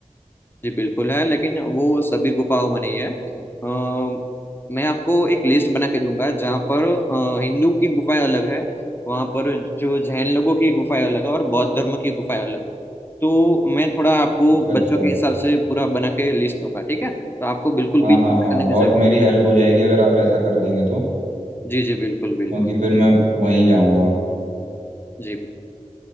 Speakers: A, on the left; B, on the right.
A: जी बिल्कुल है लेकिन वो सभी गुफाओं में नहीं है अ, मैं आपको एक लिस्ट बना के दूंगा जहाँ पर अ, हिंदू की गुफाएं अलग है वहाँ पर जो जैन लोगों की गुफाएं अलग है और बौद्ध धर्म की गुफाएं अलग है। तो मैं थोड़ा आपको
B: अच्छा अच्छा
A: बच्चों के हिसाब से पूरा बना के लिस्ट दूंगा ठीक है तो आपको बिल्कुल
B: हाँ
A: भी चिंता
B: हाँ हाँ
A: करने
B: बहुत
A: की जरूरत
B: मेरी हेल्प हो जाएगी अगर आप ऐसा कर देंगे तो
A: नहीं। जी जी बिल्कुल बिल्कुल
B: क्योंकि फिर मैं वहीं जाऊंगा
A: जी